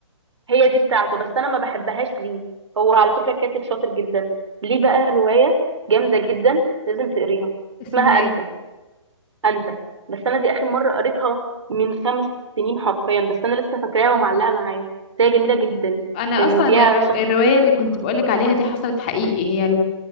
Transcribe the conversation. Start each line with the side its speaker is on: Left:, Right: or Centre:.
Right: هي دي بتاعته بس انا ما بحبهاش ليه هو على فكره كاتب شاطر جدا ليه بقى روايه جامده جدا لازم تقريها
Left: اسمها
Right: اسمها
Left: ايه
Right: انت انت بس انا دي اخر مره قريتها من خمس سنين حرفيا بس انا لسه فاكراها ومعلقه معايا بس هي جميله جدا
Left: أنا
Right: كان
Left: أصلا
Right: فيها
Left: الر-
Right: شخص
Left: الرواية اللي كنت بقولك عليها دي حصلت حقيقي هي